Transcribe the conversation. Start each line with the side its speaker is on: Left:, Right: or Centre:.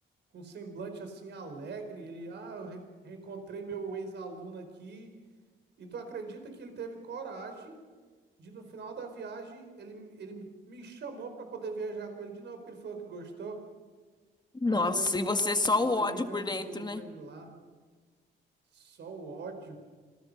Right: com um semblante assim alegre, ele, ah, eu re- reencontrei meu ex-aluno aqui. E tu acredita que ele teve coragem de no final da viagem ele, ele me chamou para poder viajar com ele de novo, porque ele falou que gostou.
Left: Nossa,
Right: Aí eu falei, não,
Left: e você
Right: professor,
Left: só o ódio
Right: inventei
Left: por
Right: uma desculpa
Left: dentro, né?
Right: para ele lá, só o ódio.